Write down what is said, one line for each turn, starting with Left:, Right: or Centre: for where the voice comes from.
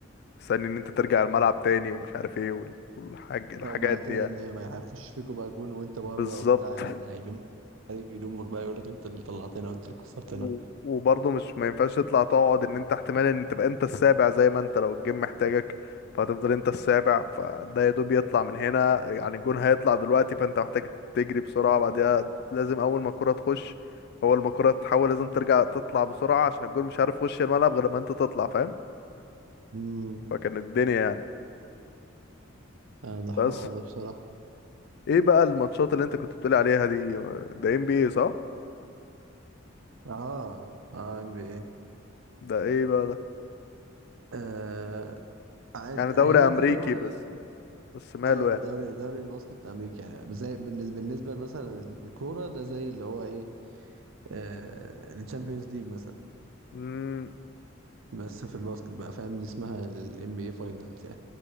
Left: وتستني ان انت ترجع الملعب تاني ومش عارف ايه وال- والحاج الحاجات
Right: طب بقى ابتدى
Left: دي يعني.
Right: ان ما هيخش فيكوا بقى جون وانت بره
Left: بالظبط
Right: وبتاع حد هيلومك الفريق بيلومك بقى يقول لك انت اللي طلعتنا وانت اللي خسرتنا
Left: و- وبرضه مش ما ينفعش تطلع تقعد ان انت احتمال ان تبقى انت السابع زي ما انت لو الجيم محتاجك فهتفضل انت السابع فده يا دوب يطلع من هنا يعني الجون هيطلع دلوقتي فانت محتاج تجري بسرعة بعدها لازم اول ما الكرة تخش اول ما الكرة تحول لازم ترجع تطلع بسرعة عشان الجون مش عارف يخش الملعب غير لما انت تطلع فاهم
Right: امم
Left: فكان الدنيا يعني
Right: آه ده حوار
Left: بس
Right: ده بصراحة
Left: ايه بقى الماتشات اللي انت كنت بتقولي عليها دي ده ام بي اي صح
Right: اه اه ام بي اي
Left: ده ايه بقى ده
Right: آه عال-
Left: يعني دوري
Right: هي
Left: امريكي
Right: دي اللي هو
Left: بس بس ماله
Right: ايوه
Left: يعني
Right: دوري دوري الباسكت الامريكي يعني زي بالنسبه بالنسبه مثلا الكوره ده زي اللي هو ايه آه الشامبيونز ليج مثلا
Left: مم،
Right: بس في الباسكت بقى فاهم دي اسمها الام بي اي فاينلز يعني